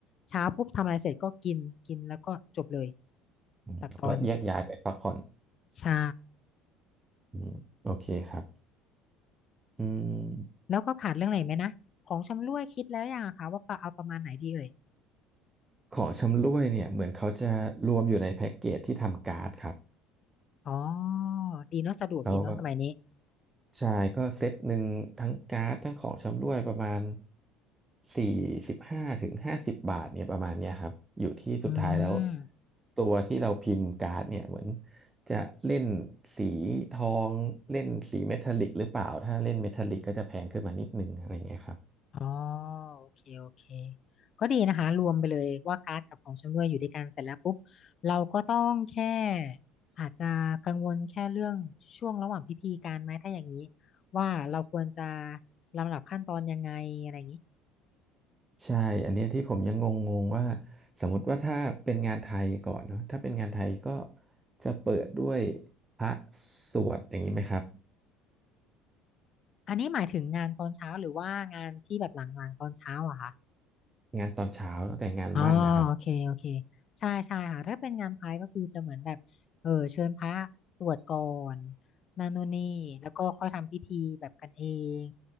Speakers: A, on the left; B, on the right.
A: เช้าปุ๊บทำอะไรเสร็จก็กินกินแล้วก็จบเลย
B: อืมแล้วก็แยกย้ายไปพักผ่อน
A: ตัดตอนใช่
B: อืมโอเคครับอืม
A: แล้วก็ขาดเรื่องอะไรไหมนะของชำร่วยคิดแล้วยังอะคะว่าปะเอาประมาณไหนดีเอ่ย
B: ของชำร่วยเนี่ยเหมือนเขาจะรวมอยู่ในแพ็กเกจที่ทำการ์ดครับ
A: อ๋อดีเนอะสะดวกดีเนอะสมัยนี้
B: เขาก็ ใช่ก็เซตหนึ่งทั้งการ์ดทั้งของชำร่วยประมาณสี่สิบห้าถึงห้าสิบบาทเนี่ยประมาณเนี้ยครับอยู่ที่สุดท้ายแล้ว
A: อืม
B: ตัวที่เราพิมพ์การ์ดเนี่ยเหมือนจะเล่นสีทองเล่นสีเมทัลลิกหรือเปล่าถ้าเล่นเมทัลลิกก็จะแพงขึ้นมานิดนึงอะไรอย่างเงี้ยครับ
A: อ๋อโอเคโอเคก็ดีนะคะรวมไปเลยว่าการ์ดกับของชำร่วยอยู่ด้วยกันเสร็จแล้วปุ๊บเราก็ต้องแค่อาจจะกังวลแค่เรื่องช่วงระหว่างพิธีการไหมถ้าอย่างนี้ว่าเราควรจะลำดับขั้นตอนยังไงอะไรอย่างนี้
B: ใช่อันเนี้ยที่ผมยังงงๆว่าสมมติว่าถ้าเป็นงานไทยก่อนเนาะถ้าเป็นงานไทยก็จะเปิดด้วยพระสวดอย่างนี้ไหมครับ
A: อันนี้หมายถึงงานตอนเช้าหรือว่างานที่แบบหลังๆตอนเช้าอะคะ
B: งานตอนเช้าตั้งแต่งานมั่นนะครับ
A: อ๋อโอเคโอเคใช่ใช่ค่ะถ้าเป็นงานพายก็คือจะเหมือนแบบเออเชิญพระสวดก่อนนานุนนี่แล้วก็ค่อยทำพิธีแบบกันเอง